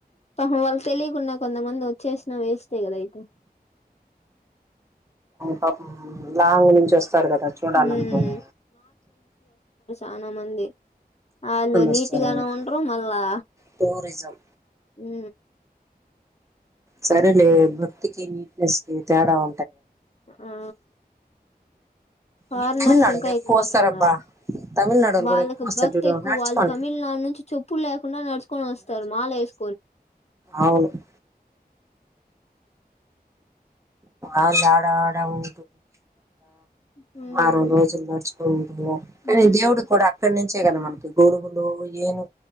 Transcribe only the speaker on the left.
పాపం వాళ్ళు తెలియకుండా కొంతమంది వచ్చేసినా వేస్ట్ కదా అయితే
ఉమ్ చనా మంది అ అందు నీటిగానా
ఉండ్రు మళ్ళా
ఉ
ఆ ఫారినర్స్
ఇంకా ఎక్కువ
వస్తున్నారు
వాళ్ళకి
భక్తి
ఎక్కువ
వాళ్ళు తమిళనాడు నుంచి చెప్పులు లేకుండా నడుచుకొని వస్తారు మాల వేసు
ఉమ్
ఉమ్